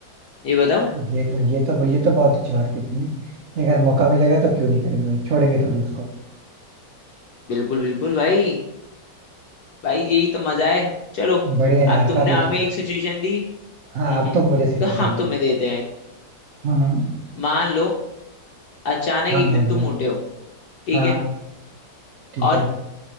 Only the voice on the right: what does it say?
हाँ, ये तो ये तो ये तो बहुत अच्छी बात की तुमने कि अगर मौका मिलेगा तो क्यों नहीं करेंगे भाई छोड़ेंगे थोड़ी उसको
बढ़िया है
यार
काफी
अच्छा था
हाँ
अब
तो मुझे सिचुएशन
दो
हम्म हम्म,
हाँ
मान
लिया
हाँ
ठीक
है